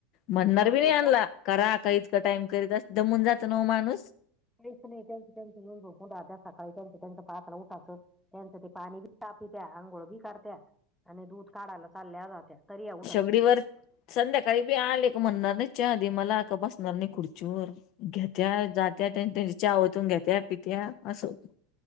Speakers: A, on the left (about 50°); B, in the centre.
A: म्हणणार
B: मारून
A: बी नाही,
B: येत्या
A: यानला करा काइतका टाइम करीत अस दमून जात ना व माणूस.
B: नाही तुम्ही त्या येऊन झोपून राहता, सकाळी त्यांच त्यांच उठाचं त्यांचं ते पाणी बी तापीवत्यात आंघोळ बी करत्यात अमी दूध काढायला चालल्या जात्या तरी, यां उठत
A: शेगडीवर
B: नाही.
A: संध्याकाळी बी आले का, म्हणणार नाही चहा दे, मला का बसणार नाही खुर्चीवर. घेत्या जात्या त्यांच्यात्या चा वतून घेत्या, पित्या असं होतं.